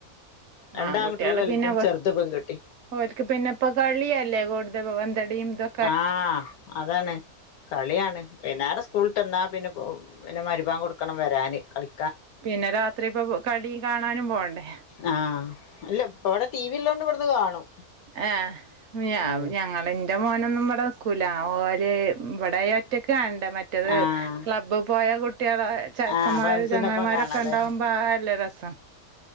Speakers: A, on the left (about 70°); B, on the right (about 65°).
A: രണ്ടാങ്കുട്ടികള്
B: ആൺകുട്ടികള്
A: വല്തും
B: പിന്നെ
A: ചെറുത് പെങ്കുട്ടി
B: ഓൽക്ക് പിന്നെപ്പോ കളിയല്ലേ കൂടുത പന്തടിയും ഇതോ
A: ആഹ് അതാണ് കളിയാണ് പിന്നടെ സ്കൂളിട്ട്ന്നാ പിന്നെ പിന്നെ മരുഭാൻ കൊടുക്കണം വരാന് കളി
B: പിന്നെ രാത്രി ഇപ്പോ കളി കാണാനും പോണ്ടേ
A: ആഹ് അല്ല ഇപ്പ ഇവടെ ടി വി ഇള്ളോണ്ട് ഇവടുന്ന് കാണും
B: ആഹ് <unintelligible>
A: ഉം
B: ഞങ്ങള് ഇ ന്റെ മോനൊന്നും ഇവടെ നിക്കൂല ഓര് ഇവടെ ഒറ്റക്ക്‌ ക്കാണണ്ട മറ്റേത്
A: ആഹ്
B: ക്ല ബ് പോയാ കു കുട്ട്യാള് ചെക്കന്മാര്
A: ആഹ് ഫ്രണ്ട്സിനൊപ്പം
B: ചങ്ങായിമാരൊക്കെ
A: കാണാല്ലേ
B: ഇണ്ടാവുമ്പോ അതല്ലേ രസം